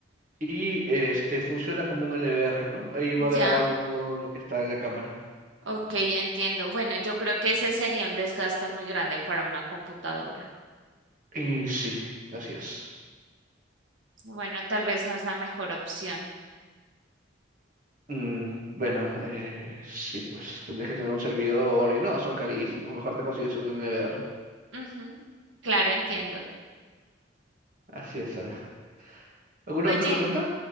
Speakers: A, on the right (about 45°); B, on the right (about 80°).
A: y este, funciona como un NVR, ¿no? Ahí va
B: Ujú,
A: grabando
B: ya,
A: todo lo que está en la cámara.
B: ok, entiendo. Bueno, yo creo que ese sería un desgaste muy grande para una computadora.
A: Y sí, así es.
B: Bueno, tal vez no es la mejor opción.
A: Mm, bueno, eh, sí, pues tendrías que tener un servidor y no, son carísimos. Mejor te consigues un NVR.
B: Ujú, Claro, entiendo.
A: Así es, Sara. ¿Alguna
B: Oye,
A: otra consulta?